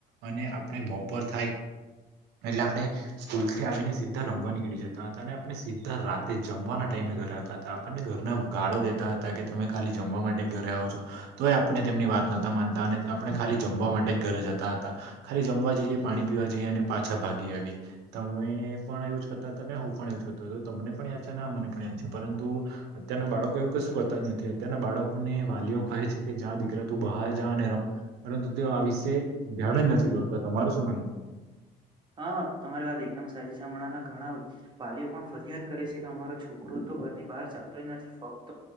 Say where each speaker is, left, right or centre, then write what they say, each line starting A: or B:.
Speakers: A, on the right (about 80°); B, on the right (about 30°).
A: અને આપણે બપોર થાય એટલે આપણે સ્કૂલથી આવીને સીધા રમવા નીકળી જતા હતા અને આપણે સીધા રાતે જમવાના ટાઈમ આવ હતા આપણને ઘરના ગાળો દેતા હતા કે તમે ખાલી જમવા માટે ઘરે આવ છો તો આપને તેમની વાત નતા માનતા અને આપણે ખાલી જમવા માટે ઘરે જતા હતા ખાલી જમવા જઈએ પાણી પીવા જઈએ અને પાછા ભાગી આવીએ તમે પણ એવુજ કરતા હતા ને હું પણ એવુજ કરતો હતો તમને પણ યાદ છે, અને હા મને પણ યાદ છે, પરંતુ અત્યારના બાળકો એવું કશું કરતા જ નથી અત્યારના બાળકોને વાલીઓ કહે છે, કે જા દીકરા તું બહાર જા અને રમ પરંતુ તે આ વિશે ધ્યાન જ નથી દોતા તમારું શું માનવુ?
B: હા તમારી વાત એકદમ સાચી છે, હમણાંં ઘણા વાલીઓ પણ ફરિયાદ કરે છે, કે અમારો છોકરો તો ઘરની બહાર ચાલતો જ નથી ફક્ત